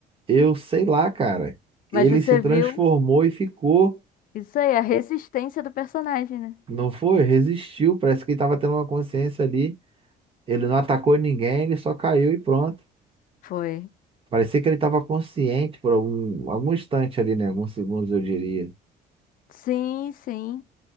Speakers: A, on the right; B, on the left.
A: Eu sei lá, cara,
B: Mas
A: ele
B: você
A: se transformou
B: viu
A: e ficou,
B: isso aí, a resistência do personagem, né?
A: não foi? Resistiu, parece que ele tava tendo uma consciência ali. Ele não atacou ninguém, ele só caiu e pronto.
B: Foi.
A: Parecia que ele estava consciente por algum, algum instante ali, né? Alguns segundos, eu diria.
B: Sim, sim.